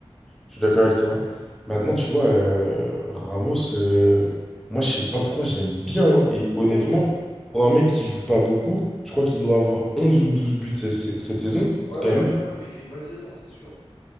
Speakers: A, in the centre; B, on the left.
A: je suis d'accord avec toi. Maintenant, tu vois, euh, Ramos, euh, moi, je sais pas pourquoi j'aime bien. hein, Et
B: Ouais,
A: honnêtement, pour un mec qui joue pas beaucoup, je crois qu'il doit avoir 11 ou 12 buts cette cette saison.
B: ouais,
A: C'est
B: ouais,
A: quand même
B: ouais, ouais, non, mais il fait une bonne saison, c'est sûr.